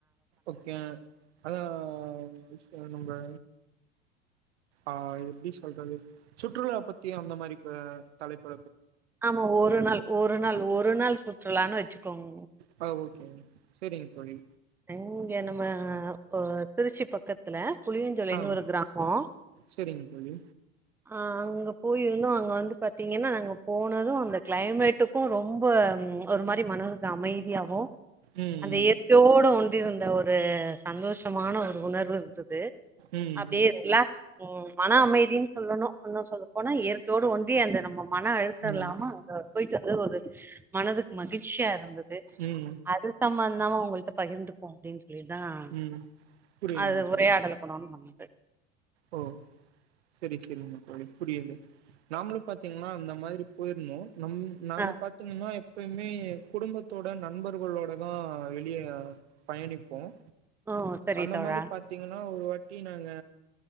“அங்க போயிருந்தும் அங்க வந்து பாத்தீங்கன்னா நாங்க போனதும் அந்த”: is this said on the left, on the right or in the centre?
Centre